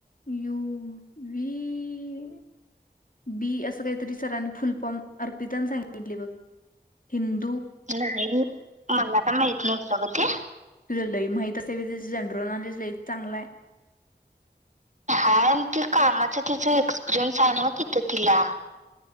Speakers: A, on the left; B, on the right.
A: यू व बी असं काहीतरी सरांनी फुलपॉम अर्पिताला सांगितले बघ हिंद
B: नाही मला का माहत न सोगते
A: लय माहित असे त्या जनरल नॉलेज लच चांगला आहे
B: हाय ते कामाच तिचा एक्सपिरियन्स आहे ना तिथं तिला